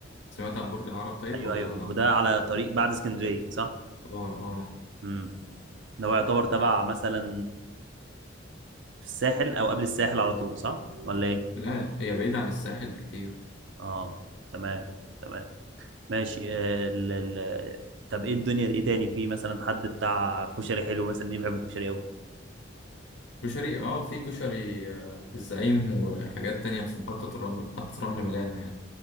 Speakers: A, on the left (about 70°); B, on the right (about 70°).
A: سمعت عن برج العرب طيب
B: ايوه
A: ولا
B: ايوه وده على طريق بعد اسكندريه صح
A: اه اه
B: امم ده هو يعتبر تبع مثلا في الساحل او قبل الساحل على طول صح ولا ايه
A: لا هي بعيدة عن الساحل بكتير
B: اه تمام تمام ماشي آه، ال... ال... طب ايه الدنيا ايه تاني في مثلا حد بتاع كشري حلو مثلا ليه بحب الكشري قوي
A: كشري اه في كشري آه، الزعيم وحاجات تانية في محطة الرمل محطة رمل مليانة يعني